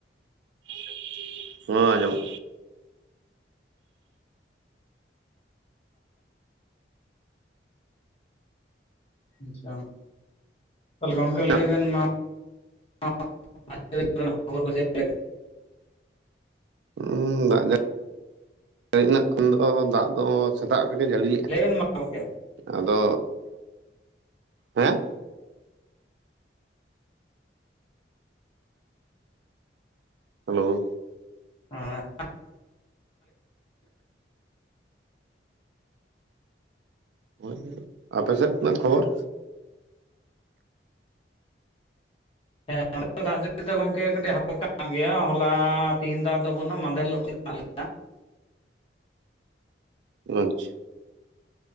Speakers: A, on the right; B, on the left.
A: <inaudible> ᱦᱚᱸ ᱟᱸᱡᱚᱢᱚᱜ ᱠᱟᱱᱟ
B: ᱟᱪᱷᱟ ᱛᱟᱦᱚᱞᱮ ᱜᱚᱝᱠᱮ
A: ᱠᱟᱱᱟ
B: ᱞᱟᱹᱭ ᱵᱮᱱ ᱢᱟ? <inaudible>
A: ᱦᱩ ᱫᱟᱜ ᱡᱟ, ᱡᱟᱹᱲᱤᱱᱟᱜ ᱠᱷᱚᱱ ᱫᱚ ᱫᱟᱜ ᱫᱚ ᱥᱮᱛᱟᱜ ᱵᱮᱲᱮ ᱡᱟᱹᱲᱤ ᱞᱮᱼᱟ,
B: ᱞᱟᱹᱭ ᱵᱮᱱ ᱢᱟ ᱜᱚᱝᱠᱮ
A: ᱟᱫᱚ, ᱦᱮᱸ? ᱦᱮᱞᱳ
B: <unintelligible>
A: ᱦᱳᱭᱻ ᱟᱯᱮ ᱥᱮᱫ ᱱᱟᱜ ᱠᱷᱚᱵᱚᱨ
B: ᱦᱮᱸ ᱫᱟᱜ ᱡᱟᱹᱲᱤ ᱫᱚ ᱜᱚᱝᱠᱮ ᱠᱟᱹᱴᱤᱡ ᱦᱟᱞᱠᱟ ᱠᱟᱱ ᱜᱮᱭᱟ ᱦᱚᱞᱟ ᱛᱮᱦᱤᱧ ᱫᱟᱜ ᱫᱚ ᱾
A: ᱟᱪᱪᱷᱟ